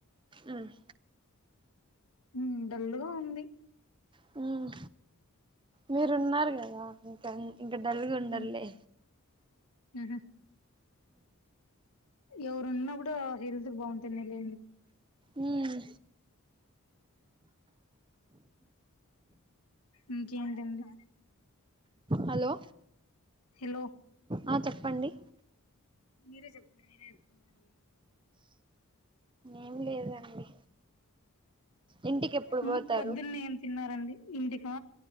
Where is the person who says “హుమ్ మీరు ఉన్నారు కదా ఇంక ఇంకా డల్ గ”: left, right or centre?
Right